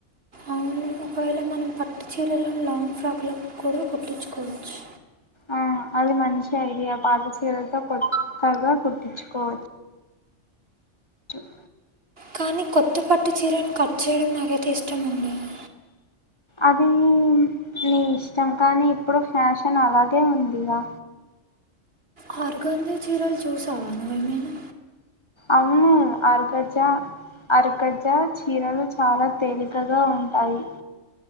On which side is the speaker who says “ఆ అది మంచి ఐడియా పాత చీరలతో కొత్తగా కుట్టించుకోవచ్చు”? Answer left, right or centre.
Left